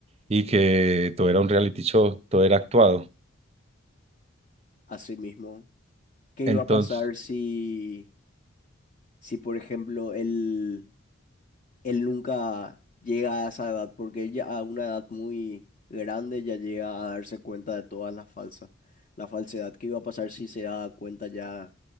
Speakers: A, on the right; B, on the left.
A: y que todo era un reality show, todo era actuado.
B: así mismo, ¿qué
A: Entonces,
B: iba a pasar si, si por ejemplo, el, él nunca llega a esa edad, porque ella a una edad muy grande ya llega a darse cuenta de todas las falsas, la falsedad que iba a pasar si se daba cuenta ya